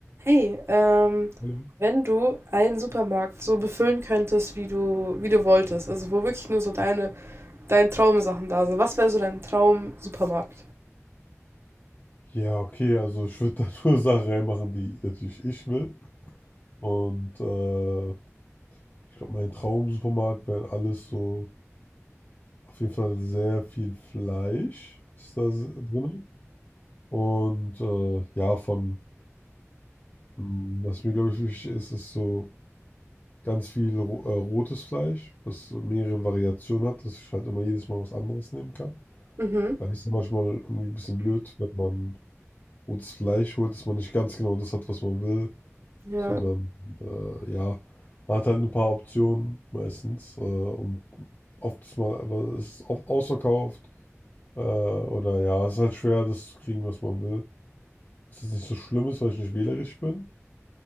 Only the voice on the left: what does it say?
Hallo.
Ja, okay, also ich würde da <laughs> nur Sachen reinmachen, die natürlich ich will. Und äh, ich glaube, mein Traumsupermarkt wären alles so, auf jeden Fall sehr viel Fleisch ist da s- drin. Und äh, ja, von, mm, was mir glaube ich wichtig ist, ist so ganz viel ro äh, rotes Fleisch, was so mehrere Variationen hat, dass ich halt immer jedes Mal was anderes nehmen kann.
Weil ich es manchmal irgendwie ein bisschen blöd, wenn man rotes Fleisch holt, dass man nicht ganz genau das hat, was man will.
sondern äh, ja, man hat halt ein paar Optionen meistens äh, und oft ist man aber es ist oft ausverkauft äh, oder ja, es ist halt schwer, das zu kriegen, was man will. Was jetzt nicht so schlimm ist, weil ich nicht wählerisch bin.